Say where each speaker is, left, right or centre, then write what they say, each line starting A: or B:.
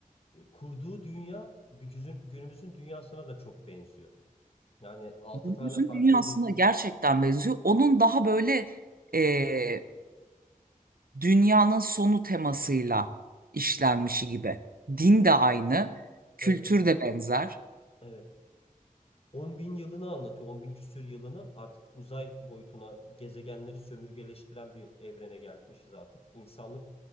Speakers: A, on the left; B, on the right.
A: e, kurduğu dünya bir günümüzün dünyasına da çok benziyor. Yani 6
B: Günümüzün
A: tane farklı
B: dünyasına
A: bir
B: gerçekten benziyor. Onun daha böyle e, dünyanın sonu temasıyla işlenmişi gibi. Din de aynı, kültür
A: evet
B: de benzer.
A: evet 10 bin yılını anlatıyor. 10 bin küsür yılını artık uzay boyutuna gezegenleri sömürgeleştiren bir evrene gelmişiz artık. İnsanlık